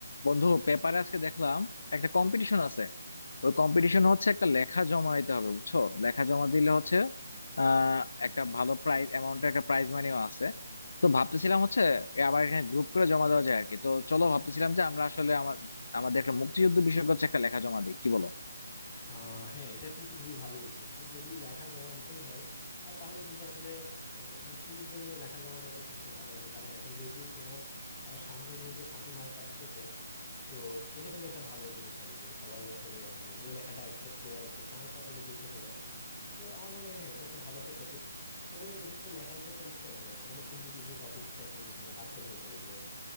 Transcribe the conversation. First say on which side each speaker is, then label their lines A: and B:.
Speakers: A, on the left; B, on the left.
A: বন্ধু পেপারে আজকে দেখলাম একটা কম্পিটিশন আছে ওই কম্পিটিশন হচ্ছে একটা লেখা জমা দিতে হবে বুঝছো লেখা জমা দিলে হচ্ছে আহ একটা ভালো প্রাইজ অ্যামাউন্টের একটা প্রাইজ মানিও আছে তো ভাবতেছিলাম হচ্ছে এ আবার এখানে গ্রুপ করে জমা দেওয়া যায় আর কি তো চলো ভাবতেছিলাম যে আমরা আসলে আমার আমাদের একটা মুক্তিযুদ্ধ বিষয়ক হচ্ছে একটা লেখা জমা দিই কি বলো
B: আহ হ্যাঁ এটা কিন্তু খুবই ভালো বলছো বন্ধু যদি লেখা জমা দিতেই হয় আর তাহলে কিন্তু আসলে আহ, মুক্তিযুদ্ধ নিয়ে লেখা জমা দেওয়াটা সবচেয়ে ভালো হবে কারণ এখন যেহেতু তোমার আহ, সামনে যেহেতু সাতই মার্চ আসতেছে তো এটা কিন্তু একটা ভালো জিনিস হবে যে সবাই আসলে মানে এই লেখাটা অ্যাকসেপ্ট করার একটা চান্স আসলে বেশি হবে আর কি তো আমার মনে হয় হ্যাঁ এটা একটা ভালো একটা টপিক তবে এক্ষেত্রে লেখার জন্য উৎস মানে আমাদের কিন্তু কিছু টপিক সেগমেন্ট মানে ভাগ করে ফেলতে হবে